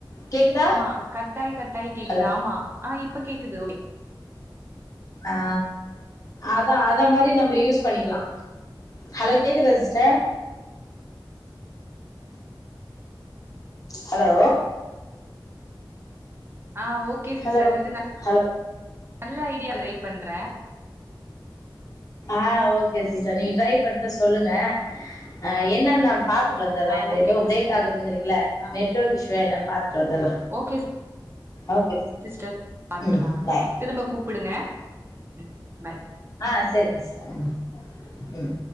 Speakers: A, on the left; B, on the right.
A: கேக்குதா
B: ம்மா கட்டாய் கட்டாய் கேக்குது
A: ஹலோ
B: ஆமா ஆ இப்ப கேக்குது <inaudible>
A: அ அதா அத மாரி நம்ப யூஸ் பண்ணிக்கலா ஹலோ கேக்குதா சிஸ்டர் ஹலோ
B: ஆ ஓகே சிஸ்டர்
A: ஹலோ
B: இது நா
A: ஹலோ
B: நல்ல ஐடியா ட்ரை பண்ற
A: ஆ ஓகே சிஸ்டர் நீங்க ட்ரை பண்ட்டு சொல்லுங்க அ என்னன்ன பாத்துட்டு வந்துற
B: ஆ
A: இது
B: ஓகே
A: எதோ
B: சிஸ்டர்
A: பிரேக் ஆகுதுங்கி றீங்ள நெட்ஒர்க் இஷ்யுவா என்னன் பாத்ட்டு வந்துற
B: ஓகே
A: ஓகே
B: சிஸ்டர் பாத்துட்டு
A: ம்
B: வாங்க ஓகே
A: பாய்
B: திரும்ப கூப்புடுங்க ம் பை
A: ஆ செரிங் <inaudible> ம்